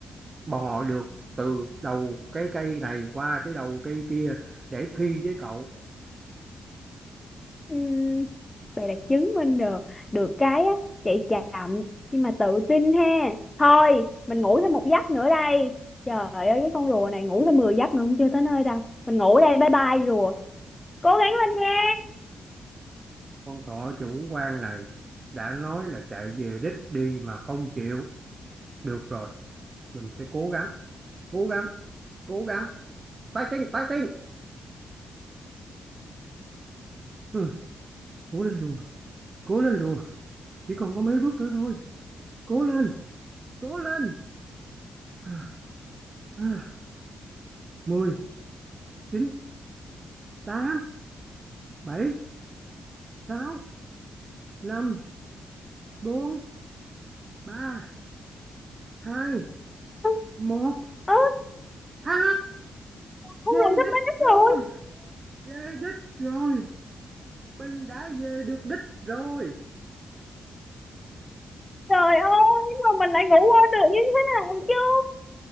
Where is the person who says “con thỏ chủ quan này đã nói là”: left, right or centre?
Right